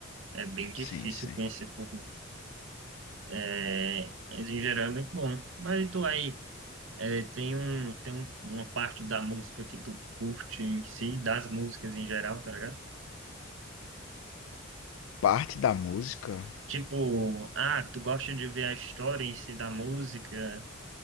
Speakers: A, on the right; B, on the left.
A: É bem difícil
B: Sim, sim.
A: conhecer por nome. É, mas em geral é muito bom. Mas e tu aí, é, tem um, tem um- uma parte da música que tu curte em si, das músicas em geral, tá ligado?
B: Parte da música
A: Tipo, ah, tu gosta de ver a história em si da música?